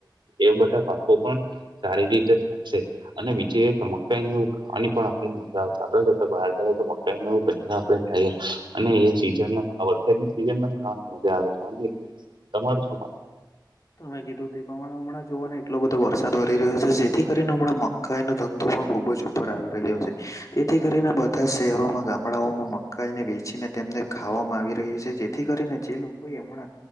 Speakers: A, on the right; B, on the left.
A: એ બધા પાકો પણ સારી રીતે થશે અને બીજ એક મકાઈ ને એવ ખાવાની પણ આપને આપડે જો બહાર જ તો મકાઈને એવું પહેલા આપડણે ખાઈએ અને એ સીઝન આ વરસાદની સિઝન માં મજા આવે છે તમારે શું
B: તમે કીધું તે પ્રમાણે હમણાં જોવાને એટલો બધો વરસાદ વરી રહ્યો છે જેથી કરીને હમણાં મકાઈ ન ધંધો પણ ખૂબ જ ઉપર આવી રહ્યો છે તેથી કરીને બધા જ શહેરોમાં ગામડાઓમાં મકાઈને વેચીને તેમને ખાવામાં આવી રહી છે જેથી કરીને જે લોકો હમણાં